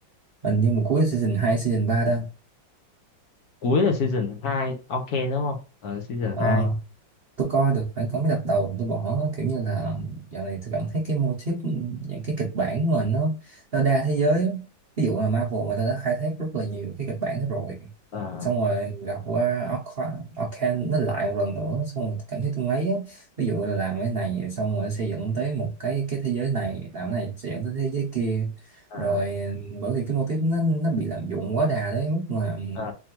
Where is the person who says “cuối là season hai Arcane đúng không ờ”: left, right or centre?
Left